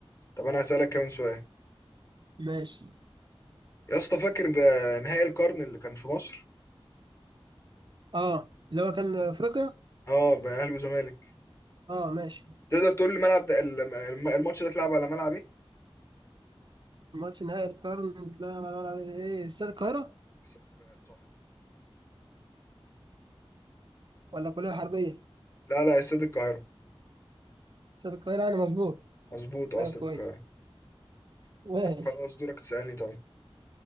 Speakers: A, on the left (about 30°); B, on the right (about 50°).
A: طب انا هسألك كمان سؤال
B: ماشي
A: يا اسطى فاكر آه، نهائي القرن اللي كان في مصر
B: اه اللي هو كان افريقيا
A: اه بقى اهلي وزمالك
B: اه ماشي
A: تقدر تقول لي الملعب ده الم- الم- الماتش ده اتلعب على ملعب ايه
B: ماتش نهائي القرن لا لا لا لا، ايه استاد القاهرة
A: استاد القاهرة صح كده
B: ولا كلية حربية
A: لا لا استاد القاهرة
B: استاد القاهرة انا مظبوط
A: مظبوط اه
B: طيب
A: استاد
B: كويس
A: القاهرة
B: ماشي
A: طب خلاص دورك تسألني طيب